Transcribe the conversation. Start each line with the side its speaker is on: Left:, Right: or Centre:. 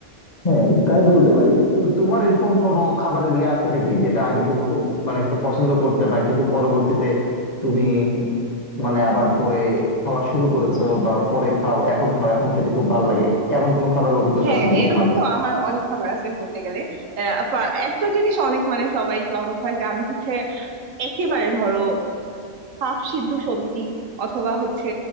Left: হ্যাঁ তাই বলতে পারি তো তোমার এরকম কোনো খাবারের ইয়ে আছে নাকি যেটা আগে তুমি খুব মানে একটু পছন্দ করতে না কিন্তু পরবর্তীতে তুমি মানে আবার পরে খাওয়া শুরু করেছো বা পরে খাও এখন খাও এখন খেতে খুব ভালো লাগে এমন কোনো খাবারের অভিজ্ঞতা
Right: হ্যাঁ
Left: আছে নাকি
Right: এরকম
Left: তোমার
Right: তো আমার অনেক খাবার আছে বলতে গেলে আহ, ফা- একটা জিনিস অনেক মানে সবাই একটু অবাক হয় যে আমি হচ্ছে একেবারে ধরো পাপ সিদ্ধ সবজি অথবা হচ্ছে